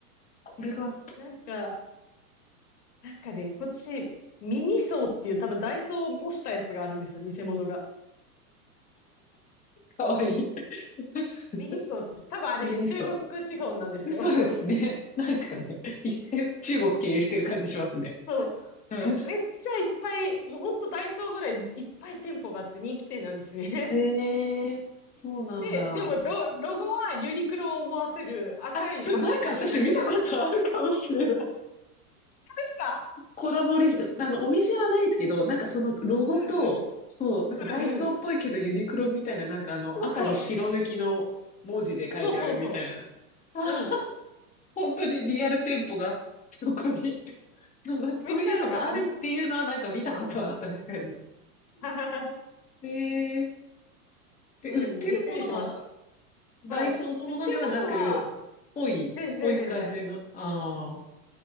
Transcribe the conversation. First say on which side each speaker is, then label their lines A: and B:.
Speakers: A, on the left; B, on the left.
A: これが、
B: なんか、なんかね、こっち、ミニソーっていう多分ダイソーを模したやつがあるんですよ、偽物が。
A: かわいい。<laughs>
B: ミニソーって、多分あれね、
A: ミニソ
B: 中国資本なんですよ。
A: ー。そうですね。
B: <laughs>
A: なんかね、一回中国経由してる感じしますね。
B: そう。
A: うん。
B: でもめっちゃいっぱい、もうほんとダイソーぐらいいっぱい店舗があって人気店なんですね。
A: へえ、そうなんだ。
B: で、でもロ、ロゴはユニクロを思わせる赤いバッグになんか白い、
A: あ、それなんか私見たことあるかもしれない。
B: あそうですか
A: コラボレーション、あの、お店はないですけど、なんかそのロゴと、
B: うんうん。
A: そう、なんかダイソーっぽいけどユニクロみたいな、
B: うんうん。
A: なんかあの、
B: そうそう。
A: 赤に白抜きの文字で書いてあるみたいな。
B: そうそうそ
A: あ、
B: う。うん。
A: 本当にリアル店舗が、そこに。<laughs> でもなんかそういうのがあるっていうのはなんか見たことは確かに。
B: めっちゃあるから。<laughs>
A: えー、え、
B: うん、
A: 売ってるものは
B: びっくりしました。
A: ダイソーのものではなく、
B: はい。売ってるものは、
A: ぽい、
B: 全然全然。
A: ぽい感じの。ああ、